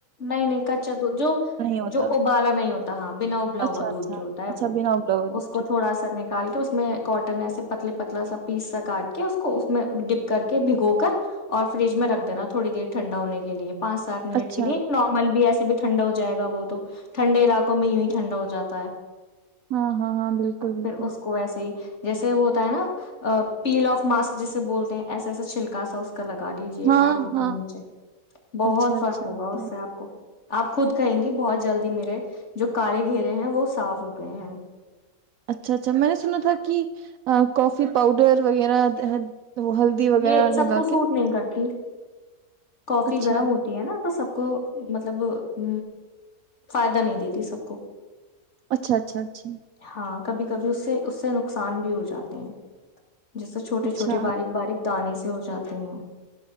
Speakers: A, on the left; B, on the right.
A: نہیں نہیں کچا دودھ جو
B: ہوتا
A: جو ابالا نہیں ہوتا بنا ابلا
B: اچھا
A: ہوا
B: اچھا
A: دودھ جو ہوتا ہے
B: اچھا
A: وہ
B: بنا ابلا ہوا دودھ
A: اس کو
B: ٹھیک
A: تھوڑا سا نکال کے اس میں کاٹن ایسے پتلے پتلا سا پیس سا کاٹ کے اس کو اس میں ڈپ کر کے بھگو کر اور فریج میں رکھ دینا تھوڑی دیر ٹھنڈا ہونے کے لیے پانچ سات منٹ
B: اچھا
A: کے لیے یا نارمل بھی ایس بھی ٹھنڈا ہو جائے گا وہ تو ٹھنڈے علاقوں میں یوں ہی ٹھنڈا ہو جاتا ہے
B: ہاں ہاں ہاں بالکل بالکل
A: پھر اس کو ایسے ہی جیسے وہ ہوتا ہے نا پیل آف ماسک جسے بولتے ہیں ایسے ایسے چھلکا سا کا لگا دیجے
B: ہاں
A: گا آنکھوں
B: ہاں
A: کے نیچے بہت
B: اچھا اچھا
A: فر ہوگا
B: اچھا
A: اس سے آپ کو آپ خود کہیں گی بہت جلدی میرے جو کالے گھیرے ہیں وہ صاف ہو گئے ہیں
B: اچھا اچھا میں نے سنا تھا کہ کافی پاؤڈر وغیرہ وہ ہلدی وغیرہ
A: یہ سب
B: لگا
A: کو
B: کے
A: سوٹ نہیں کرتی کافی
B: اچھا
A: گرم ہوتی ہے نا تو سب کو مطلب ہ فائدہ نہیں دیتی سب کو
B: اچھا اچھا اچا
A: ہاں کبھی کبھی اس سے اس سے نقصان بھی ہو جاتے ہیں جیسے چھوٹے چھوٹے
B: اچھا
A: باریک باریک دانے سے ہو جاتے ہیں